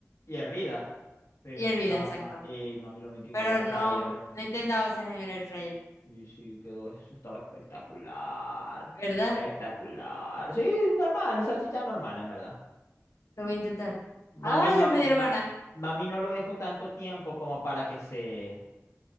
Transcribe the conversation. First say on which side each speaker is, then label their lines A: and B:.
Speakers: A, on the left; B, on the left.
A: Y hervida. Pero
B: Y hervidas,
A: chama,
B: exacto.
A: ey, mami lo metió
B: Pero
A: en el air fryer.
B: no, no he intentado hacerlas en el air fryer,
A: Sí, sí, quedó, eso estaba espectacular.
B: ¿verdad?
A: Espectacular. Sí, normal, salchicha normal, en verdad.
B: Lo voy a intentar. Ay,
A: Mami no,
B: ya me dieron
A: ma-
B: ganas.
A: mami no lo dejó tanto tiempo como para que se,